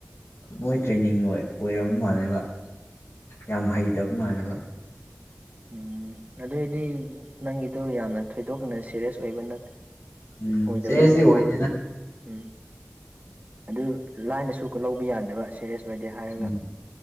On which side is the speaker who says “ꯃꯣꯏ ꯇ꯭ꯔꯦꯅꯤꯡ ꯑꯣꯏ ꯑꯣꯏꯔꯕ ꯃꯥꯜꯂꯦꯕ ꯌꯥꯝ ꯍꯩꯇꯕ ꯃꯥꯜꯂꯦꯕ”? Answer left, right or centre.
Left